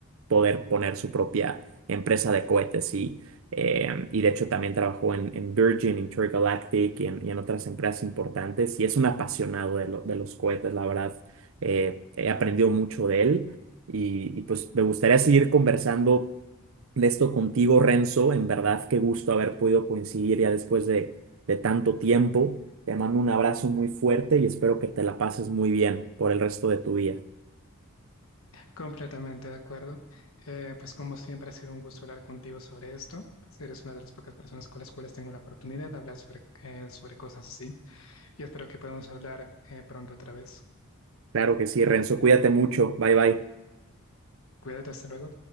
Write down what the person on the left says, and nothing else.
completamente de acuerdo. Eh, pues como siempre ha sido un gusto hablar contigo sobre esto. Pues eres una de las pocas personas con las cuales tengo la oportunidad de hablar sobre, eh, sobre cosas así. Y espero que podamos hablar eh, pronto otra vez.
Cuídate, hasta luego.